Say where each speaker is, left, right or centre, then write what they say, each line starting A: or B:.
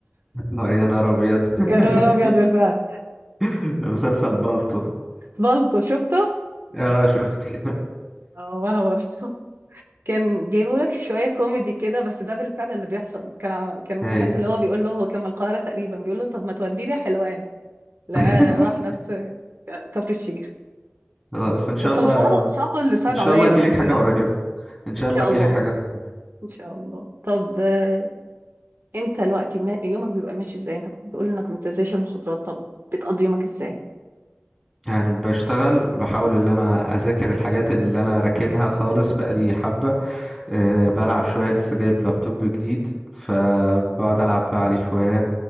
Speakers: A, in the centre; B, on the right (about 60°).
A: <laughs> آه، يا نهار ابيض <laughs>
B: يا نهار ابيض بالفعل
A: مسلسل بالطو
B: بلطو شفته
A: <laughs> اه شفت <laughs>
B: اه وانا برضه كان جايبه لك شويه كوميدي كده بس ده بالفعل اللي بيحصل كان ع- كان
A: ايوه
B: في حته اللي هو بيقول له هو كان من القاهره تقريبا بيقول له طب ما توديني حلوان لا
A: <laughs>
B: راح نفس ك- كفر الشيخ
A: آه، بس ان شاء
B: طب
A: الله
B: صعب صعب اللي صعب
A: ان شاء
B: عليا
A: الله تجيلك
B: بجد
A: حاجه
B: يعني
A: قريبه ان شاء
B: ان شاء
A: الله تجيلك
B: الله
A: حاجه قريبة.
B: ان شاء الله طب آه، انت دلوقتي ما- يومك بيبقى ماشي ازاي انت كنت بتقول انك ما بتنزلش المحاضرات طب بتقضي يومك ازاي
A: يعني بشتغل بحاول ان انا اذاكر الحاجات اللي انا راكنها خالص بقالي حبه أه بلعب شوية لسه جايب لابتوب جديد فبقعد ألعب بقى عليه شوية